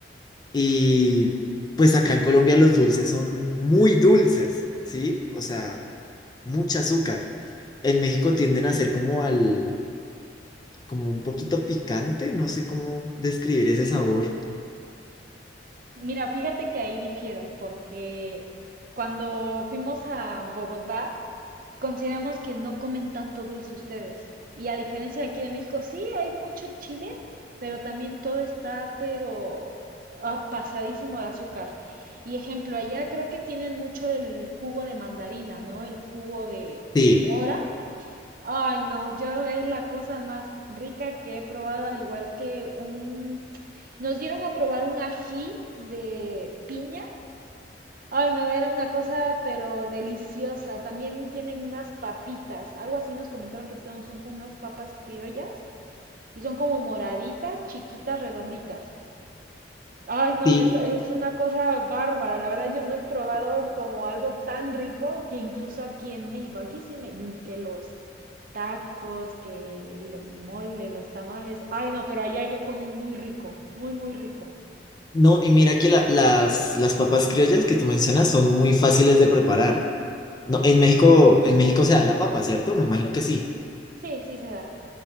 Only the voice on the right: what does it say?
Mira, fíjate que ahí difiero, porque cuando fuimos a Bogotá, consideramos que no comen tanto dulce ustedes. Y a diferencia de aquí de México, sí, hay mucho chile, pero también todo está, pero ah, pasadísimo de azúcar. Y ejemplo, allá creo que tienen mucho el jugo de mandarina, ¿no? El jugo de
mora Ay, no, yo es la cosa más rica que he probado, al igual que un... Nos dieron a probar un ají de piña. Ay, no, era una cosa pero deliciosa. También tienen unas papitas, algo así nos comentaron que son son con unas papas criollas y son como moraditas, chiquitas, redonditas. Ay, no,
es, es una cosa bárbara. La verdad, yo no he probado como algo tan rico que incluso aquí en México, aquí sí me, que los tacos, que el mole, los tamales. Ay, no, pero allá yo comí muy rico, muy, muy rico.
Sí, sí se da.